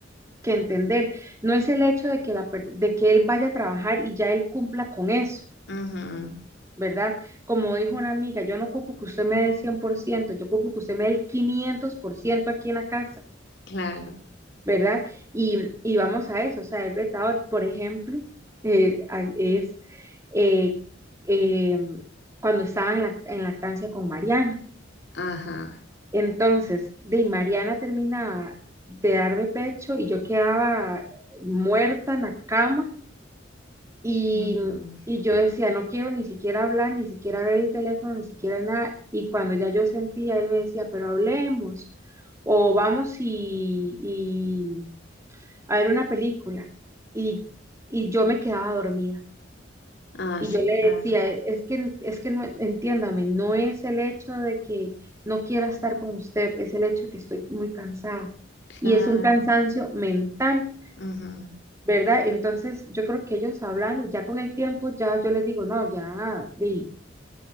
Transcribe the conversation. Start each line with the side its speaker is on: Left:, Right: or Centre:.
Right: que entender. No es el hecho de que, la, per- de que él vaya a trabajar y ya él cumpla con eso,
Left: <laughs> Ujú,
Right: ¿verdad? Como dijo una amiga, yo no ocupo que usted me dé el 100%, yo ocupo que usted me dé el 500% aquí en la casa,
Left: claro,
Right: ¿verdad? Y, y vamos a eso, o sea, el retador, por ejemplo, eh, a- es eh, eh, cuando estaba en, la, en lactancia con Mariana.
Left: ajá,
Right: Entonces, de Mariana terminaba de darme pecho y yo quedaba muerta en la cama y,
Left: ujú.
Right: y yo decía, no quiero ni siquiera hablar, ni siquiera ver el teléfono, ni siquiera nada. Y cuando ya yo sentía, él me decía, pero hablemos o vamos y, y a ver una película. Y, y yo me quedaba dormida.
Left: Ah,
Right: Y
Left: sí,
Right: yo le
Left: claro,
Right: decía, "E, es que, es que no, entiéndame, no es el hecho de que no quiera estar con usted, es el hecho de que estoy muy cansada.
Left: claro,
Right: Y es un cansancio mental,
Left: ujú.
Right: ¿verdad? Entonces, yo creo que ellos hablando, ya con el tiempo, ya yo les digo, no, ya, di,